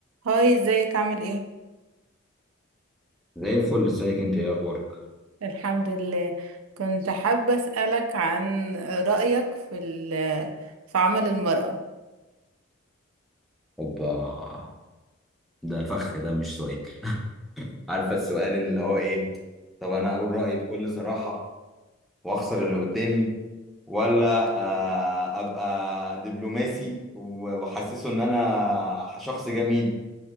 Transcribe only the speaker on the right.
هاي ازيك عامل ايه؟
الحمد لله كنت حابة أسألك عن رأيك في ال- في عمل المرأة